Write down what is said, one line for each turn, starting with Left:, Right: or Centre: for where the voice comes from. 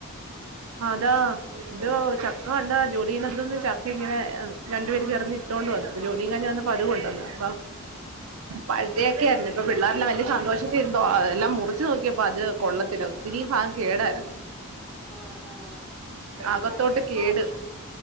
Right: ആതാ ജോ ചക്ക കണ്ട ജോലി ചെയുന്നടുത്തിന്ന് ചക്ക ഇങ്ങനെ രണ്ടു പേര് ചേർന്ന് ഇട്ടോണ്ട് വന്ന് ജോലി കയിഞ്ഞ് വന്നപ്പോ അത് കൊണ്ടുവന്ന് അപ്പോ പഴുത്ത ചക്കയായിരുന്നു ഇപ്പ പിള്ളേരെല്ലാം വലിയ സന്തോഷത്തിലിരുന്നതാ എല്ലാം മുറിച്ചു നോക്കിയപ്പോ അത് കൊള്ളത്തില്ല ഒത്തിരി ഭാഗം കേടായിരു
Centre: ആഹ് ആഹ്
Right: അകത്തോട്ട്
Centre: ചക്കെപ്പോ
Right: കേട്